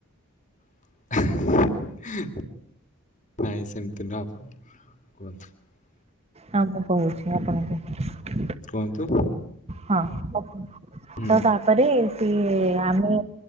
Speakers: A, on the left; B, on the right.
A: <unintelligible> ନାଇଁ ସେମତି ନୁହଁ ଆପଣ କୁହନ୍ତୁ।
B: ହଁ ମୁଁ କହୁଛି ଆପଣଙ୍କୁ।
A: କୁହନ୍ତୁ।
B: ହଁ <inaudible>
A: ହୁଁ
B: ତ ତାପରେ ସିଏ ଆମେ